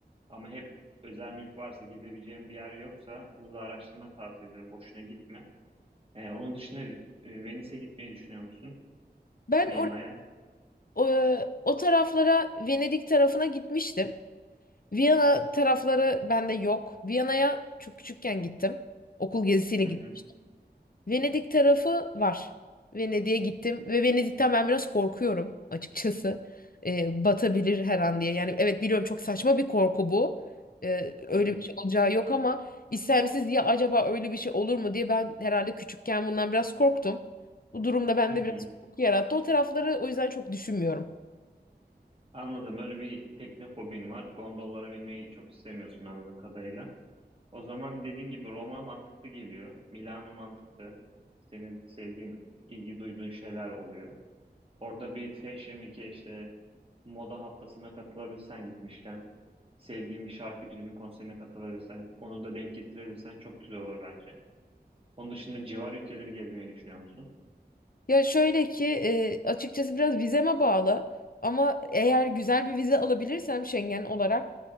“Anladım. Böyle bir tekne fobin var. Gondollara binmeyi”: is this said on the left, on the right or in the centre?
Right